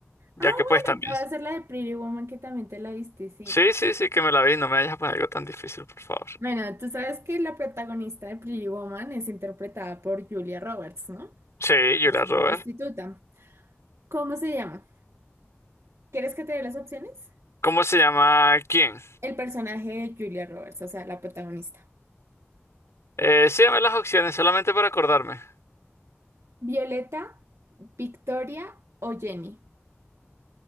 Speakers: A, on the left; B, on the right.
A: ya
B: Ah,
A: que pues también.
B: bueno, te voy a hacer la de Pretty Woman que también te la viste, sí.
A: Sí, sí, sí, que me la vi, no me vayas a poner algo tan difícil, por favor.
B: Bueno, tú sabes que la protagonista de Pretty Woman es interpretada por Julia Roberts, ¿no?
A: Sí, Julia
B: Es una
A: Roberts.
B: prostituta. ¿Cómo se llama? ¿Quieres que te dé las opciones?
A: ¿Cómo se llama quién?
B: El personaje de Julia Roberts, o sea, la protagonista.
A: Eh, sí, dame las opciones, solamente para acordarme.
B: Violeta, Victoria o Jenny.